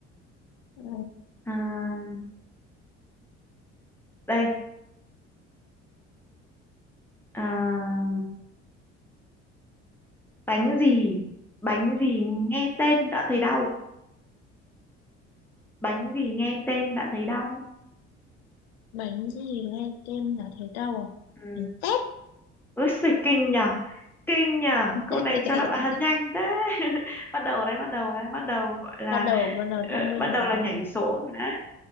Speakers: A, on the left (about 65°); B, in the centre.
A: ừ.
B: à, đây à, bánh gì bánh gì nghe tên đã thấy đau bánh gì nghe tên đã thấy đau
A: bánh gì nghe tên là thấy đau à
B: ừ.
A: bánh tét
B: ôi xì kinh nhở kinh nhở
A: <laughs>
B: câu này cho đáp án nhanh thế <laughs> bắt đầu đấy bắt đầu đấy bắt đầu gọi là
A: bắt đầu bắt đầu
B: ờ,
A: thông minh
B: bắt đầu
A: rồi
B: là nhảy số rồi đấy